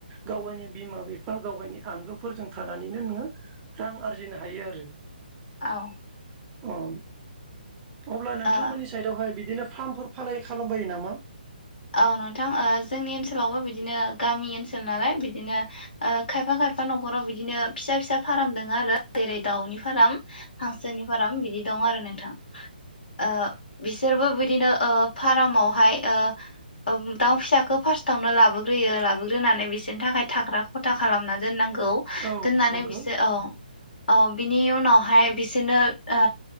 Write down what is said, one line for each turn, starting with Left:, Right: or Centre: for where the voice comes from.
Right: गाव गायनि बिमा बिफा गाव गायनि आंगोफोरजों थानानैनो नोङो रां आरजिनो हायो आरोष
Left: औ।
Right: औ। अब्ला नोंथांमोननि
Left: ओ
Right: स बिदिनो फार्मफोर फालागि खालामबायो नामा?
Left: औ नोंथां ओ जोंनि ओनसोलावबो बिदिनो गामि ओनसोल नालाय बिदिनो ओ खायफा खायफा न'खराव बिदिनो फिसा फिसा फाराम दोङो आरो जेरै दाउनि फाराम हांसोनि फाराम बिदि दं आरो नोंथां। ओ बिसोरबो बिदिनो ओ फारामावहाय ओ ओम दाउ फिसाखौ फार्स्टावनो लाबोग्रोयो लाबोग्रोनानै बिसोरनि थाखाय थाग्रा खथा खालामना दोननांग गौ
Right: औ
Left: दोननानै
Right: नंगौ
Left: बिसो औ। औ बिनि उनावहाय बिसोरनो ओ